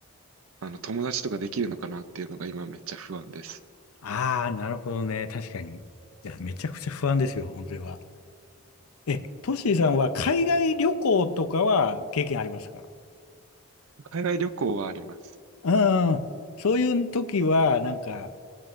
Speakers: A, on the right; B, on the left.
A: あの、友達とかできるのかなっていうのが今めっちゃ不安です。
B: ああ、なるほどね。確かに。いや、めちゃくちゃ不安ですよ、本当には。え、トッシーさんは海外旅行とかは経験ありますか
A: 海外旅行はあります。
B: うん。そういう時は、なんか、